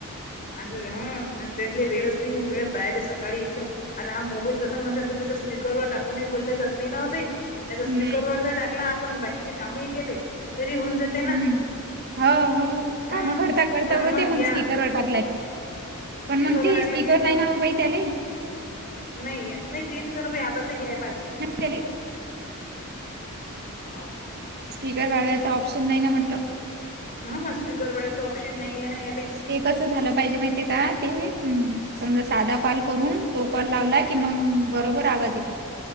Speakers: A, on the left; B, on the right.
A: आता हा त्यांले वेळच नाही मिळत बाहेर सकाळी एकदम आता हा मोबाईल तसाल म्हणसेल तुम्ही ते स्ीकरवर टाकून बोलले जात नाही न्हत त्याचा स्पीकरवरर
B: नाही
A: जर टाकला आपण बाकीचे कामही केले तरी होऊन जाते ना
B: हम्म हो हो
A: हम्म
B: काम करता करता
A: पण
B: होते मग
A: या
B: स्पीकरवर टाकला की पण
A: स्पीकरवर
B: मग ते
A: टाकलं
B: स्ीकर
A: की
B: नाही
A: पण
B: ना बाई त्याले
A: नाही नाही ती मी तोन बी आबाच हे पांढर
B: चली
A: ह
B: स्पीकर वाढवायचा ऑप्शन नाही ना म्हटलं
A: ह ना स्पीकर वाडायचं ऑप्शन नाही आहे ना
B: ते कस झालं पाहिजे माहििते का ते् समजा साधा कॉल करून तो कॉल लावला की मग बरोबर आवाज येते